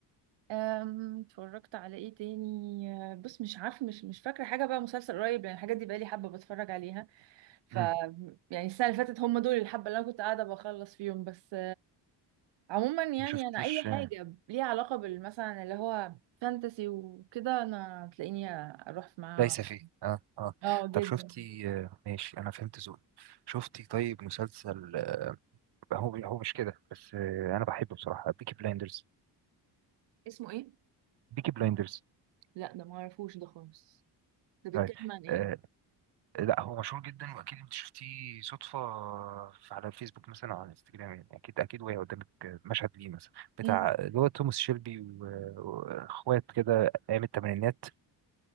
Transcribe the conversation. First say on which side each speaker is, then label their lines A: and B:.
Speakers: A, on the right; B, on the right.
A: أم، اتفرجت على ايه تاني أه، بص مش عارفة مش مش فاكرة حاجة بقى مسلسل قريب لأن الحاجات دي بقالي حبة بتفرج عليها ف
B: امم
A: يعني السنة اللي فاتت هم دول الحبة اللي أنا كنت قاعدة بخلص فيهم بس عموما يعني
B: ما شفتيش
A: انا اي
B: آه،
A: حاجه ليها علاقه بالمثلا اللي هو فانتسي وكده انا تلاقيني اروح معاها
B: ليس فيه اه اه
A: اه
B: طب
A: جدا
B: شفتي آه، ماشي انا فهمت ذوقك شفتي طيب مسلسل آه، هو هو مش كده بس آه، انا بحبه بصراحه بيكي بلايندرز
A: اسمه ايه
B: بيكي بلايندرز
A: لا ده ما اعرفوش ده خالص ده بيتكلم
B: طيب
A: عن ايه
B: آه، لا هو مشهور جدا واكيد انت شفتيه صدفه في- على الفيسبوك مثلا او على الانستجرام يعني اكيد اكيد وهي قدامك مشهد ليه مثلا بتاع
A: مم.
B: اللي هو توماس شيلبي و- واخوات كده ايام الثمانينات